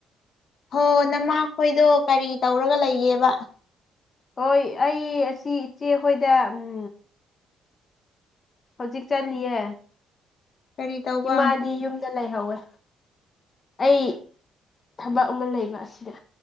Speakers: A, on the left; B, on the left.
A: ꯍꯣ ꯅꯃꯥꯈꯣꯏꯗꯣ ꯀꯔꯤ ꯇꯧꯔꯒ ꯂꯩꯒꯦꯕ
B: ꯍꯣꯏ ꯑꯩ ꯑꯁꯤ ꯏꯆꯦꯈꯣꯏꯗ ꯎꯝ ꯍꯧꯖꯤꯛ ꯆꯠꯂꯤꯌꯦ
A: ꯀꯔꯤ ꯇꯧꯕ
B: ꯏꯃꯥꯗꯤ ꯌꯨꯝꯗ ꯂꯩꯍꯧꯋꯦ ꯑꯩ ꯊꯕꯛ ꯑꯃ ꯂꯩꯕ ꯑꯁꯤꯗ